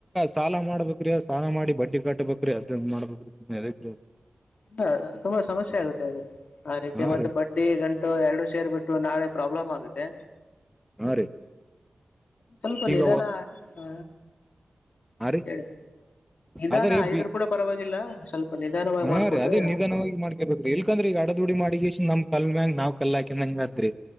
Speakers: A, in the centre; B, on the left.
A: ಸಾಲ ಮಾಡ್ಬೇಕುರಿ ಸಾಲ ಮಾಡಿ ಬಡ್ಡಿ ಕಟ್ಬೇಕ್ರೀ ಅದ ಮಾಡ್ಬೇಕ್ರ
B: ಇಲ್ಲ ತುಂಬಾ ಸಮಸ್ಯೆ ಆಗುತ್ತೆ ಅದು ಆ ರೀತಿ
A: ಹಾ
B: ಮತ್ತೆ
A: ರೀ
B: ಬಡ್ಡಿ ಗಂಟು ಎರಡುೂ ಸೇರ್ ಬಿಿಟ್ಟು ಇ ನಾಳೆ ಪ್ರಾಬ್ಲಮ್ ಆಗುತ್ತೆ
A: ಹಾ ರೀ
B: ಸ್ವಲ್ಪ
A: ಈಗ
B: ನಿಧಾನ ಹಾ
A: ಹಾ ರೀ
B: ಹೇಳಿ ಇದಾನ
A: ಅದೇ ರೀ
B: ಐದರು ಕೂಡ ಪರವಾಗಿಲ್ಲ ಸ್ವಲ್ಪ ನಿಧಾನವಾಗಿ
A: ಹಾ
B: ಮಾಡ್ಕೊಡ್ರಿ
A: ರೀ ಅದೇ
B: ಹಾ
A: ನಿಧಾನವಾಗಿ ಮಾಡ್ಕೇಬೇಕ್ರೀ ಇಲ್ಕಂದ್ರ ಈಗ ಅಡ ದುಡಿ ಮಾಡಿ ಇಷ್ಟ ನಮ ಕಲ್ ಮ್ಯಾಗ್ ನಾವ್ ಕಲ್ಲಾಕ ಮದ್ರಿ